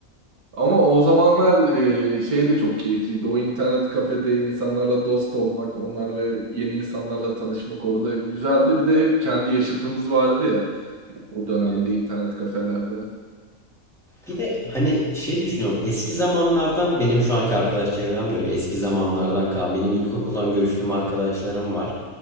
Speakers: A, on the right (about 85°); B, in the centre.
A: Ama o zamanlar e, şey de çok keyifliydi. O internet kafede insanlarla dost olmak, onlarla yeni insanlarla tanışmak orada güzeldi. Bir de hep kendi yaşıtımız vardı ya o dönemde
B: ne?
A: internet kafelerde. Hı
B: Bir de hani şey düşünüyorum eski zamanlardan benim şu anki arkadaş çevrem de öyle eski zamanlardan kalan benim ilkokuldan görüştüğüm arkadaşlarım var.